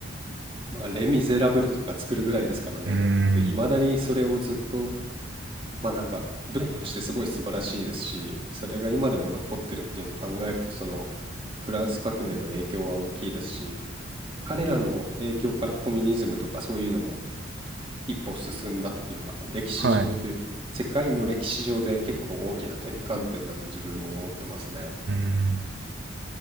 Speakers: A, on the right; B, on the right.
A: まあ、レ・ミゼラブルとか作るぐらいですからね。
B: うーん。
A: で、いまだにそれをずっと、まあなんか、舞台としてすごい素晴らしいですし、それが今でも残ってるっていうのを考えると、その、フランス革命の影響は大きいですし、彼らの影響からコミュニズムとかそういうのも一歩進んだっていうか、歴史上というか、
B: はい。
A: 世界の歴史上で結構大きな転換点だと自分も思ってますね。
B: うーん。